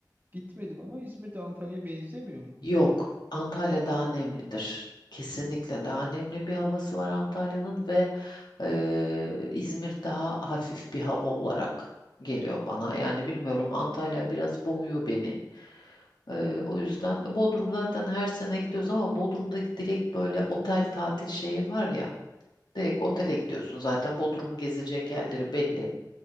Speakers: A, on the right; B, on the left.
A: gitmedim ama İzmir'de Antalya'ya benzemiyor mu?
B: Yok, Antalya daha nemlidir. Kesinlikle daha nemli bir havası var Antalya'nın ve eee, İzmir daha hafif bir hava olarak geliyor bana. Yani bilmiyorum Antalya biraz boğuyor beni. Eee, o yüzden Bodrum zaten her sene gidiyoruz ama Bodrum'da direkt böyle otel tatil şeyi var ya. Direkt otele gidiyorsun zaten Bodrum'u gezecek yerleri belli.